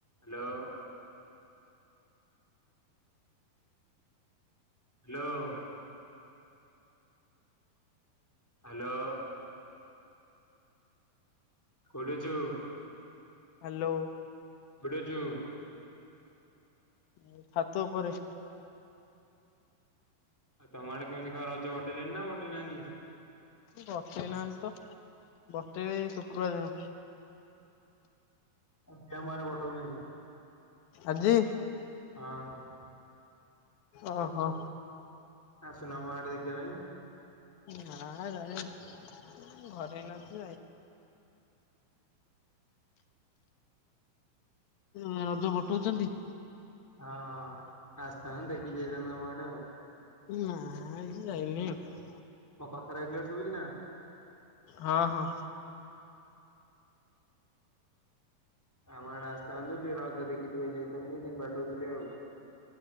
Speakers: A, in the centre; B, on the left.
A: Hello. Hello. Hello. କୋଉଠି ଅଛୁ?
B: Hello.
A: କୋଉଠି ଅଛୁ?
B: ମୁଁ ଛାତ ଉପରେ।
A: ଆଉ ତମେ ଆଡେ କେମିତି କଣ ରଜ କଟେଇଛନ୍ତି ନା କଟେଇ ନାହାନ୍ତି।
B: ବତେଇ ନାହାନ୍ତି ତ ବତେଇବ ଏ ଶୁକ୍ରବାର ଦିନ।
A: ଅଧିକା ମାର୍କ ବଟଉଚନ୍ତି।
B: ଆଜି।
A: ହଁ।
B: ଓ ହୋ।
A: ଆସୁନୁ ଆମ ଆଡେ ଦେଖିବା ପାଇଁ।
B: ନାଁ ଯାଇ <unintelligible> ଘରେ ନ <inaudible> ମଦ ପଠଉଛନ୍ତି?
A: ହଁ-ହଁ ଆସିଥାନ୍ତୁ ଦେଖି‌ ଯାଇଥାନ୍ତୁ ଆମ ‌ଆଡେ ଆଉ।
B: ନାଁ ଆଜି ଯାଇମିନି ଆଉ।
A: ମୋ କଥାଟା କ୍ଲିୟର୍ ଶୁଭୁଚିନା?
B: ହଁ-ହଁ।
A: ଆମ ଆଡେ ଆସିଥାନ୍ତୁ ଟିକେ ରଜ ଦେଖି ଦେଇ ଯାଇଥାନ୍ତୁ, କେମିତି ବାଡଉଥିଲେ ଆଉ।